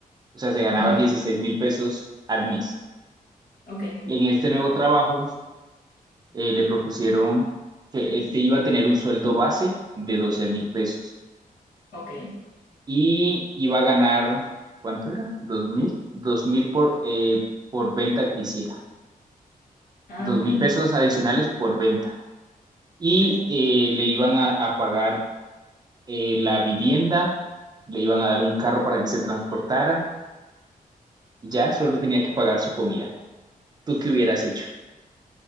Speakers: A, on the right; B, on the left.
A: O sea, se ganaba
B: Ujú,
A: dieciséis mil pesos al mes.
B: Ok,
A: En este nuevo trabajo eh, le propusieron que eh, te iba a tener un sueldo base de doce mil pesos
B: ok.
A: y iba a ganar, ¿cuánto era? ¿Dos mil? Dos mil por, eh, por venta que hiciera.
B: Ah,
A: Dos
B: bueno,
A: mil pesos adicionales por venta. Y
B: ok.
A: eh, le iban a a pagar eh, la vivienda, le iban a dar un carro para que se transportara y ya solo tenía que pagar su comida. ¿Tú qué hubieras hecho?